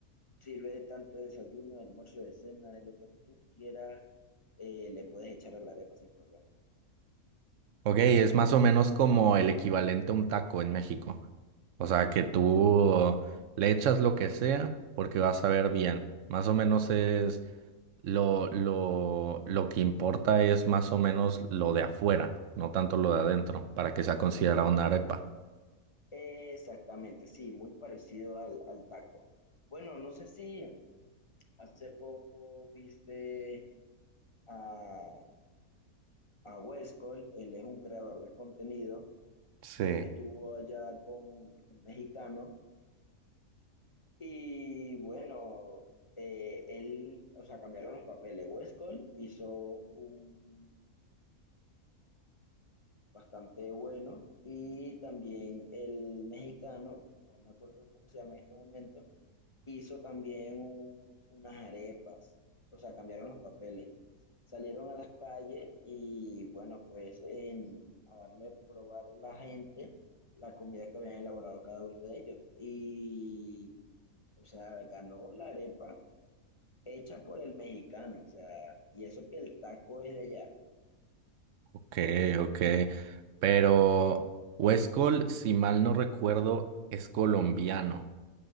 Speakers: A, on the left; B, on the right.
A: Sirve de tanto de desayuno, de almuerzo, de cena, de lo que tú quieras, eh, le puedes echar a la arepa sin problema.
B: Ok, es más o menos como el equivalente a un taco en México. O sea, que tú le echas lo que sea porque vas a ver bien. Más o menos es lo, lo, lo que importa es más o menos lo de afuera, no tanto lo de adentro, para que sea considerada una arepa.
A: Exactamente, sí, muy parecido al, al taco. Bueno, no sé si hace poco viste a, a Wes Cole, él es un creador de contenido,
B: Sí,
A: él estuvo allá con un mexicano y bueno, eh, él, o sea, cambiaron los papeles. Wes Cole hizo un bastante bueno. Y también el mexicano, no me acuerdo cómo se llama en este momento, hizo también un- unas arepas, o sea, cambiaron los papeles. Salieron a las calles y bueno, pues en, a darle a probar a la gente la comida que habían elaborado cada uno de ellos. Y, o sea, ganó la arepa hecha por el mexicano, o sea, y eso que el taco es de allá.
B: ok, ok. Pero Huescol, si mal no recuerdo, es colombiano.